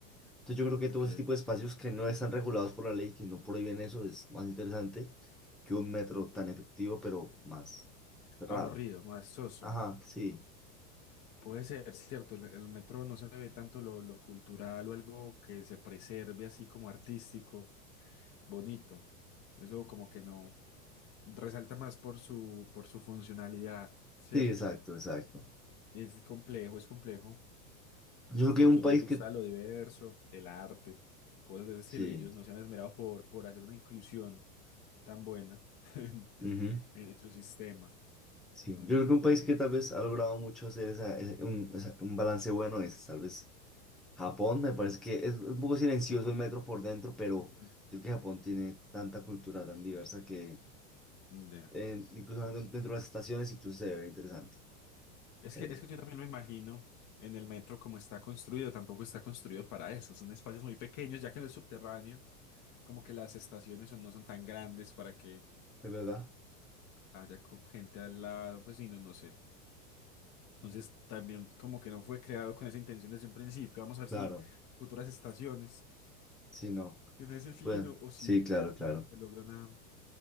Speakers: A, in the centre; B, on the left.
A: Entonces yo creo que todo
B: ok,
A: ese tipo de espacios que no están regulados por la ley, que no prohíben eso, es más interesante que un metro
B: ok.
A: tan efectivo, pero más cerrado.
B: Aburrido, más soso.
A: Ajá, sí,
B: Puede ser, cierto, el, el metro no se ve tanto lo, lo cultural o algo que se preserve así como artístico, bonito. Eso como que no resalta más por su, por su funcionalidad, ¿cierto?
A: sí, exacto, exacto.
B: Es complejo, es complejo,
A: Yo creo que
B: porque
A: un
B: a
A: país
B: uno le gusta
A: que,
B: lo diverso, el arte, cosas de ese estilo,
A: sí,
B: y ellos no se han esmerado por, por hacer una inclusión tan buena <laughs> en,
A: ujú,
B: en su sistema
A: sí,
B: con
A: yo
B: ese
A: creo
B: tipo
A: que un país
B: de...
A: que tal vez ha logrado mucho hacer esa- ese- un, esa- un balance bueno es tal vez Japón, me parece que es un poco silencioso
B: Ah, por-
A: el metro por dentro, pero
B: Ujú.
A: yo creo que Japón tiene tanta cultura tan diversa que
B: Ya.
A: eh, incluso dentro de las estaciones incluso se ve interesante.
B: Es
A: el-
B: que, es que yo también me imagino en el metro como está construido, tampoco está construido para eso. Son espacios muy pequeños, ya que no es subterráneo, como que las estaciones son- no son tan grandes para que
A: Es verdad,
B: haya co- gente al lado, pues y no, no sé. Entonces también como que no fue creado con esa intención desde un principio. Vamos a ver
A: claro,
B: si futuras estaciones
A: sí, no,
B: tienen ese fin
A: bueno,
B: o, o si
A: sí, claro, claro,
B: se logra una,